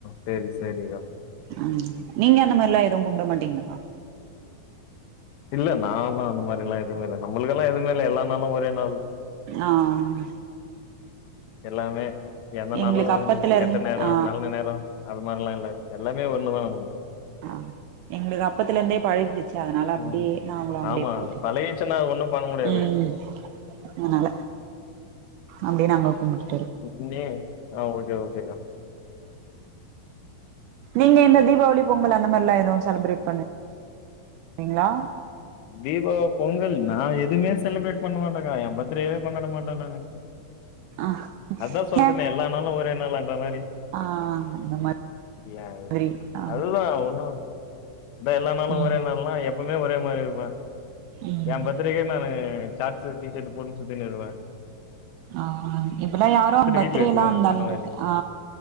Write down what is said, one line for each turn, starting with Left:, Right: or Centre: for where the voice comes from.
Left: சேரி சேரிக்கா
Right: உம் நீங்க அந்த மாரிலா எது கும்பிட மாட்டீங்களப்பா
Left: இல்ல நாலா அந்த மாரில்லா எது இல்ல நம்மளுக்கெல்லா எதும இல்ல எல்லா நாளு ஒரே நாள்
Right: ஆஹ்
Left: எல்லாமே எந்த நாளு
Right: எங்களுக்கு அப்பத்துல
Left: இதுன்
Right: இருந்
Left: கெட்ட நேரோ
Right: ஆ
Left: நல்ல நேரோ அது மாரில்லா இல்ல எல்லாமே ஒண்ணு தா நமக்கு
Right: ஆ எங்களுக்கு அப்பத்துல இருந்தே பழகிடுச்சு அதனால அப்படியே
Left: ம்
Right: நாங்களு அப்படியே
Left: ஆமா
Right: போயிட்டே
Left: அது பழகிச்சுன்னா அது ஒண்ணு பண்ண முடியாது
Right: உம் அதனால அப்டியே நாங்க கும்புட்டு
Left: <unintelligible> ஆஹ் ஓகே ஓகேக்கா
Right: நீங்க இந்த தீபாவளி பொங்கல் அந்த மாரிலா எதுவு செலிப்ரேட் பண் ணீங்களா
Left: தீபோ பொங்கல் நா எதுமே செலிப்ரேட் பண்ண மாட்டங்கா எ பர்த்டேவே கொண்டாட மாட்டே நானு
Right: ஆ
Left: அதா சொல்றனே
Right: ஏ
Left: எல்லா நாலு ஒரே நாலா அந்த மாரி
Right: ஆ அந்த
Left: <unintelligible>
Right: மாதிரி ஆ
Left: அதுதா ஒன்னு விட்டா எல்லா நாளு
Right: ம்
Left: ஒரே நாள்ன்னா எப் எப்பவுமே ஒரே மாதிரி இருக்கும் வா
Right: ம்
Left: என் பர்த்தடேக்கு நானு சாட்ஸ் டிஷர்ட்டு போட்டுன்னு சுத்திட்டு இருப்பேன்
Right: ஆஹ் இப்பல்லாம் யாரோ பர்த்டேலாம்
Left: வீட்ல வச்சிருவே
Right: அந்த அளவுக்கு
Left: மாரி
Right: ஹா